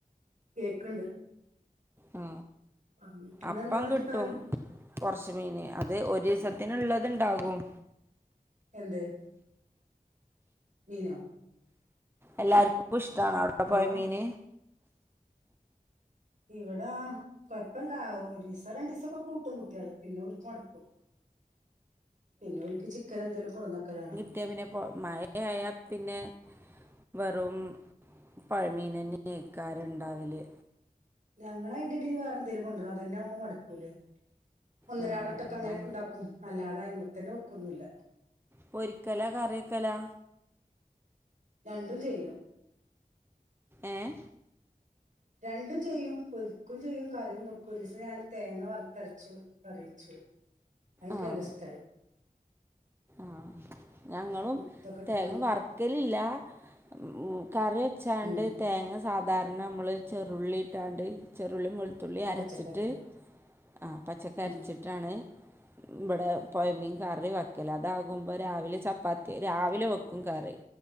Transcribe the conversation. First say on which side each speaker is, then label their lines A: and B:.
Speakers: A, on the right; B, on the right.
A: കേക്ക്ണ്ട്
B: ആ
A: പറഞ്ഞ ഇന്നെന്താന്നിട്ട്
B: അപ്പം കിട്ടും
A: കറി
B: കൊറച്ച് മീന് അത് ഒരീസത്തിന്ള്ളത്ണ്ടാകും
A: എന്ത് മീനോ
B: എല്ലാർക്കുഷ്ടാണോ അവടെ
A: ഹലോ
B: പൊയ മീന്
A: ഇവടാ കൊഴപ്പല്ല ഒരീസം രണ്ടീസൊക്കെ കൂട്ടും കുട്ട്യേള് പിന്നെ ഒല് മട്ക്കും പിന്നെ ഓല്ക്ക് ചിക്കനെന്തേലും കൊട്ന്നക്കലാണ്.
B: ട്ട്യാ പിന്നെ പൊ മഴയായ പിന്നെ വെറും പൊഴമീനെന്നേയ്ക്കാരം ഇണ്ടാവല്
A: ഞങ്ങളയിന്റെടേല് വേറെന്തേലും കൊണ്ടരും അതെന്നാവുമ്പം മട്ക്കൂലേ ഒന്നരാടോട്ടൊക്കെ
B: ഉം
A: അങ്ങനെണ്ടാക്കും അല്ലാതായ്മതന്നെ വെക്കൊന്നുല്ല
B: പൊരിക്കലാ കറിക്കെലാ
A: രണ്ടും ചെയ്യും.
B: ഏഹ്
A: രണ്ടും ചെയ്യും പൊരിക്കും ചെയ്യും കറിം വെ ഒരീസം ഞാന് തേങ്ങ വറ്ത്തരച്ചു കറിവെച്ചു. അത് ഇൻക്ക്
B: ആ
A: നല്ലഷ്ട്ടായി.
B: ആഹ് ഞങ്ങളും
A: ഇതൊക്കെ ഇട്ട്ങ്ങാണ്ട്
B: തേങ്ങ വറ് ക്കല് ല്ലാ ഉം കറി വെച്ചാണ്ട്
A: ഉം
B: തേങ്ങ സാധാരണമ്മള് ചെറുള്ളിട്ടാണ്ട് ചെറുള്ളി വെള് ത്തുള്ളി അരച്ചിട്ട്
A: പച്ചക്കറിക്ക്
B: ആഹ് പച്ചക്കരച്ച്
A: ഉം
B: ട്ടാണ് ഇബടെ പൊയമീൻ കറി വെക്കല് അതാകും രാവിലെ ചപ്പാത്തി രാവിലെ വെക്കും കറി